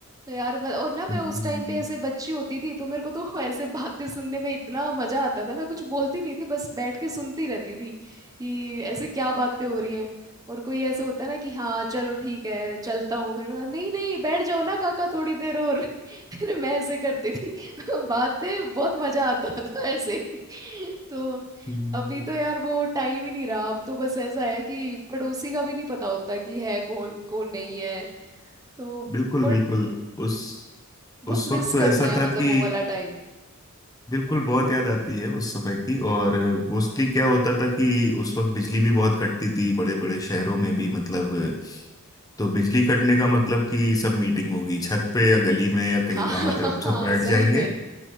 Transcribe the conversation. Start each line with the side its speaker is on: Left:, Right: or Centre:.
Right: तो यार मैं और ना मैं
Left: हम्म,
Right: उस टाइम पे ऐसे बच्ची होती थी तो मेरे को तो <laughs> ऐसे बातें सुनने में इतना मजा आता था मैं कुछ बोलती नहीं थी बस बैठ के सुनती रहती थी कि ऐसे क्या बातें हो रही हैं और कोई ऐसे होता है ना कि हाँ चलो ठीक है चलता हूँ फिर मैं नहीं नहीं बैठ जाओ ना काका थोड़ी देर और <laughs> फिर मैं ऐसे करती थी <laughs> बातें बहुत मजा आता था ऐसे <laughs> तो
Left: हम्म,
Right: अभी तो यार वो टाइम ही नहीं रहा अब तो बस ऐसा है कि पड़ोसी का भी नहीं पता होता कि है कौन कौन नहीं है तो
Left: बिल्कुल
Right: वो
Left: बिल्कुल उस उस
Right: बहुत
Left: वक्त
Right: मिस
Left: तो
Right: करते
Left: ऐसा
Right: हैं
Left: था
Right: मतलब
Left: कि
Right: वो वाला टाइम
Left: बिल्कुल बहुत याद आती है उस समय की और मोस्टली क्या होता था कि उस वक्त बिजली भी बहुत कटती थी बड़े बड़े शहरों में भी मतलब तो बिजली कटने का मतलब कि सब मीटिंग होगी छत पे या गली में या कहीं
Right: हाँ <laughs>
Left: बाहर
Right: हाँ
Left: सब बैठ
Right: सही
Left: जाएंगे
Right: में